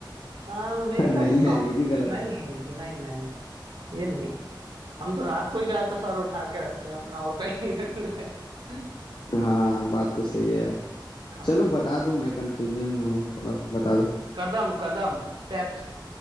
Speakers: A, on the right (about 70°); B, on the left (about 65°).
A: हाँ मेरे
B: <laughs>
A: ख्याल
B: नहीं
A: से तो
B: यार ये
A: हम
B: भी गलत
A: नहीं
B: है
A: नहीं नहीं नहीं ये नहीं हम तो रात को ही ज्यादातर सर उठा के रखते हैं अपना और कहीं नहीं रखते हैं।
B: हाँ बात तो सही है यार
A: हाँ
B: चलो बता दो मैं कंफ्यूजन में हूँ थोड़ा बता दो
A: कदम कदम स्टेप्स